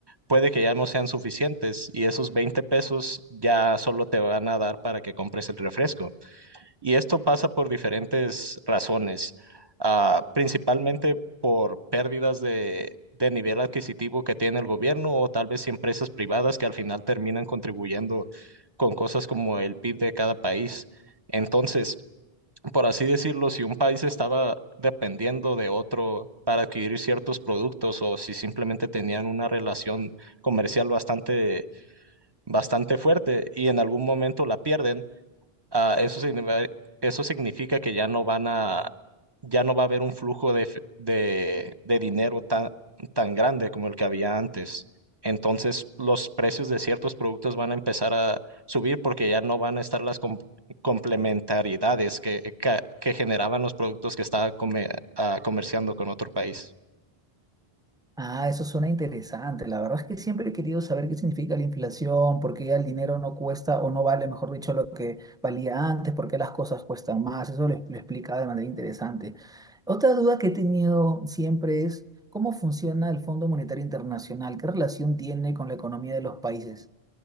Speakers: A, on the right; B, in the centre.
A: puede que ya no sean suficientes y esos 20 pesos ya solo te van a dar para que compres el refresco. Y esto pasa por diferentes razones, ah, principalmente por pérdidas de, de nivel adquisitivo que tiene el gobierno o tal vez empresas privadas que al final terminan contribuyendo con cosas como el PIB de cada país. Entonces, por así decirlo, si un país estaba dependiendo de otro para adquirir ciertos productos o si simplemente tenían una relación comercial bastante, bastante fuerte y en algún momento la pierden, Ah, eso significa, eso significa que ya no van a, ya no va a haber un flujo de, f- de, de dinero tan, tan grande como el que había antes. Entonces, los precios de ciertos productos van a empezar a subir porque ya no van a estar las com- complementariedades que, que, que generaban los productos que estaba come- ah, comerciando con otro país.
B: Ah, eso suena interesante. La verdad es que siempre he querido saber qué significa la inflación, por qué ya el dinero no cuesta o no vale, mejor dicho, lo que valía antes, por qué las cosas cuestan más. Eso lo, ex- lo explica de manera interesante. Otra duda que he tenido siempre es cómo funciona el Fondo Monetario Internacional, qué relación tiene con la economía de los países.